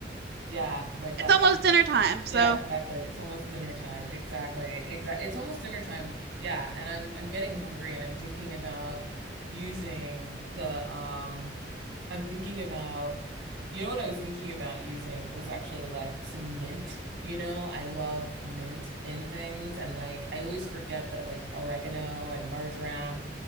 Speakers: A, on the right; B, on the right.
A: yeah,
B: <laughs>
A: like that.
B: it's almost dinner time. So,
A: Yeah, exactly. It's almost dinner time. Exactly. Exactly. It's almost dinner time. Yeah, and I'm I'm getting hungry and I'm thinking about using the um I'm thinking about, you know what I was thinking about using was actually like some mint. You know, I love mint in things and like I always forget that like oregano and marjoram,